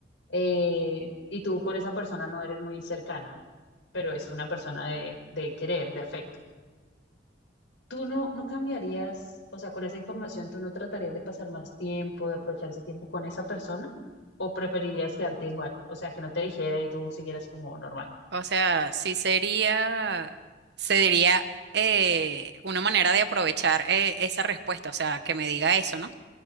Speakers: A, on the left; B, on the right.
A: Eh, y tú con esa persona no eres muy cercana, pero es una persona de, de querer, de afecto. ¿Tú no, no cambiarías, o sea, con esa información, tú no tratarías de pasar más tiempo, de aprovechar ese tiempo con esa persona? ¿O preferirías quedarte igual? O sea, que no te dijera y tú siguieras como normal.
B: O sea, sí sería, sería eh, una manera de aprovechar eh, esa respuesta, o sea, que me diga eso, ¿no?